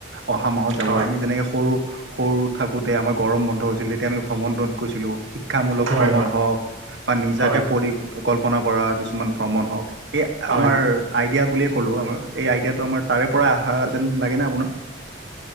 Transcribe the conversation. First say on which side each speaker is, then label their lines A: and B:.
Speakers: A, on the right; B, on the right.
A: অহা মাহত যাব
B: হয়
A: আমি যেনেকৈ সৰু সৰু থাকোঁতে আমাৰ গৰম বন্ধ হৈছিল তেতিয়া আমি ভ্ৰমণত গৈছিলোঁ শিক্ষামূলক
B: হয়
A: ভ্ৰমণ
B: হয়
A: হওঁক বা নিজাকে
B: হয়
A: পৰিকলল্পনা কৰা কিছুমান ভ্ৰমণ হওক এই
B: হয়
A: আমাৰ আই আইডিয়া বুলিয়ে ক'লোঁ আমাৰ এই আইডিয়াটো আমাৰ তাৰে পৰাই অহা যেন লাগে ন আপোনাক